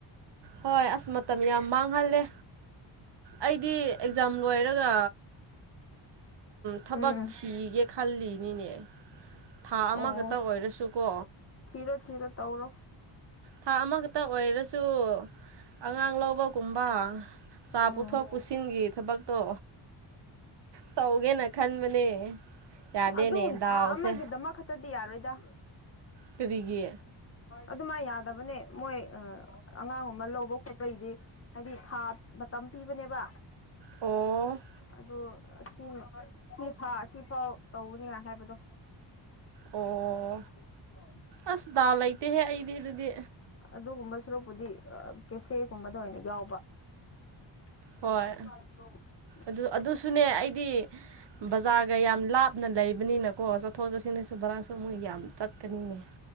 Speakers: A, on the right; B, on the left.
A: ꯍꯣꯏ ꯑꯁ ꯃꯇꯝ ꯌꯥꯝ ꯃꯥꯡꯍꯜꯂꯦ ꯑꯩꯗꯤ ꯑꯦꯛꯖꯥꯝ ꯂꯣꯏꯔꯒ ꯊꯕꯛ
B: ꯎꯝ
A: ꯊꯤꯒꯦ ꯈꯜꯂꯤꯅꯤꯅꯦ ꯊꯥ ꯑꯃꯈꯇꯪ
B: ꯑꯣ
A: ꯑꯣꯏꯔꯁꯨꯀꯣ
B: ꯊꯤꯔꯣ ꯊꯤꯔꯣ ꯇꯧꯔꯣ
A: ꯊꯥ ꯑꯃꯈꯛꯇ ꯑꯣꯏꯔꯁꯨ ꯑꯉꯥꯡ ꯂꯧꯕꯒꯨꯝꯕ ꯆꯥ
B: ꯎꯝ
A: ꯄꯨꯊꯣꯛ ꯄꯨꯁꯤꯟꯒꯤ ꯊꯕꯛꯇꯣ ꯇꯧꯒꯦꯅ ꯈꯟꯕꯅꯦ ꯌꯥꯗꯦꯅꯦ
B: ꯑꯗꯨ
A: ꯗꯥꯎꯁꯦ
B: ꯊꯥ ꯑꯃꯒꯤꯗꯃꯛ ꯈꯛꯇꯗꯤ ꯌꯥꯔꯣꯏꯗ
A: ꯀꯔꯤꯒꯤ
B: ꯑꯗꯨꯃꯥꯏ ꯌꯥꯗꯕꯅꯦ ꯃꯣꯏ ꯑꯉꯥꯡꯒꯨꯝꯕ ꯂꯧꯕ ꯈꯣꯠꯄꯩꯗꯤ ꯍꯥꯏꯗꯤ ꯊꯥ ꯃꯇꯝ ꯄꯤꯕꯅꯦꯕ
A: ꯑꯣ
B: ꯑꯗꯨ ꯑꯁꯤ ꯁꯤ ꯊꯥ ꯑꯁꯤꯐꯥꯎ ꯇꯧꯒꯅꯤ ꯍꯥꯏꯕꯗꯣ <inaudible>
A: ꯑꯣ ꯑꯁ ꯗꯥꯎ ꯂꯩꯇꯦꯍꯦ ꯑꯩꯗꯤ ꯑꯗꯨꯗꯤ
B: ꯑꯗꯨꯒꯨꯝꯕ ꯁꯨꯔꯨꯛꯄꯨꯗꯤ ꯀꯦꯐꯦꯒꯨꯝꯕꯗ ꯑꯣꯏꯅ ꯌꯥꯎꯕ <unintelligible>
A: ꯍꯣꯏ ꯑꯗꯨ ꯑꯗꯨꯁꯨꯅꯦ ꯑꯩꯗꯤ ꯕꯖꯥꯔꯒ ꯌꯥꯝ ꯂꯥꯞꯅ ꯂꯩꯕꯅꯤꯅ ꯀꯣ ꯆꯠꯊꯣꯛ ꯆꯠꯁꯤ ꯍꯥꯏꯁꯨ ꯕꯔꯥꯁꯨ ꯃꯣꯏ ꯌꯥꯝ ꯆꯠꯀꯅꯤꯅꯦ